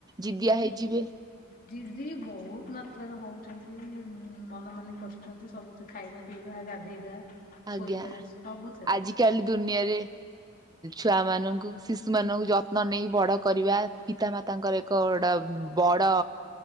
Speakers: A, on the right; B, on the left.
A: ଜିଦିଆ ହେଇଯିବେ।
B: ଦିଦି ବୋହୁତ୍ ମାତ୍ରାରେ ହଉଛନ୍ତି ମନ ମନି କରସୁଛନ୍ତି ସବୁ ଥିରେ। ଖାଇବା ପିଇବା ଗାଧେଇବା।
A: ଆଜ୍ଞା।
B: ଶୋଇବା ସବୁଥିରେ
A: ଆଜି କାଲି ଦୁନିଆରେ ଛୁଆ ମାନଙ୍କୁ ଶିଶୁ ମାନଙ୍କୁ ଯତ୍ନ ନେଇ ବଡ କରିବା ପିତା ମାତାଙ୍କର କ ଗୋଟା ବଡ